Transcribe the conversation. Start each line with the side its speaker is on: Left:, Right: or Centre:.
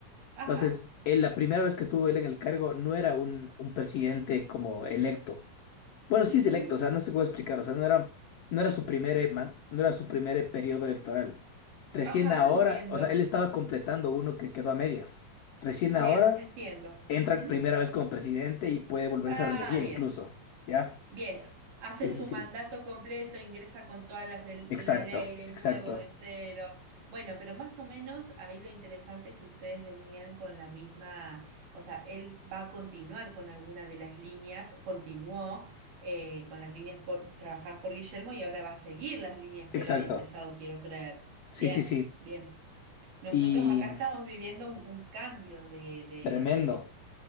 Right: Ajá.
Left: Entonces, él, la primera vez que estuvo él en el cargo, no era un, un presidente como electo. Bueno, sí
Right: ujú,
Left: es electo, o sea, no sé cómo explicar, o sea, no era, no era su primer, eh, man- no era su primer eh, periodo electoral. Recién
Right: Ajá,
Left: ahora,
Right: entiendo.
Left: o sea, él estaba completando uno que quedó a medias. Recién
Right: Bien,
Left: ahora
Right: entiendo.
Left: entra
Right: Ujú.
Left: primera vez como presidente y puede volverse
Right: Ah,
Left: a reelegir
Right: bien,
Left: incluso, ¿ya?
Right: bien. Hace
Left: Sí,
Right: su
Left: sí, sí.
Right: mandato completo, ingresa con todas las le- de
Left: Exacto,
Right: la ley de
Left: exacto,
Right: nuevo, de cero. Bueno, pero más o menos ahí lo interesante es que ustedes venían con la misma, o sea, él va a continuar con alguna de las líneas, continuó eh, con las líneas por- trabajadas por Guillermo y ahora va a seguir las líneas que
Left: exacto.
Right: él había empezado, quiero creer.
Left: Sí,
Right: Bien,
Left: sí, sí.
Right: bien. Nosotros
Left: Y
Right: acá estamos viviendo un, un cambio de, de,
Left: tremendo.